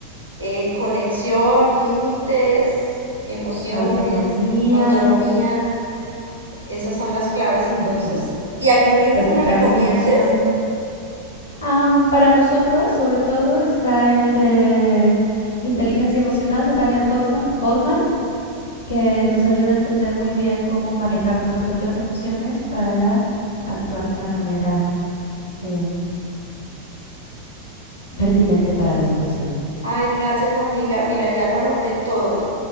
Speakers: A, on the right; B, on the left.
A: eh, conexión, límites, emociones,
B: la autonomía,
A: autonomía Esas son las claves entonces.
B: <laughs>
A: ¿Y algún libro
B: respetar
A: que me recomiendes?
B: sus emociones. Am, para nosotros, sobre todo, está el de inteligencia emocional de Daniel Goldman, que nos ayuda a entender muy bien cómo manejar nuestras propias emociones para actuar de una manera eh, pertinente para la situación.
A: Ay, gracias amiga. Mira, ya lo anoté todo.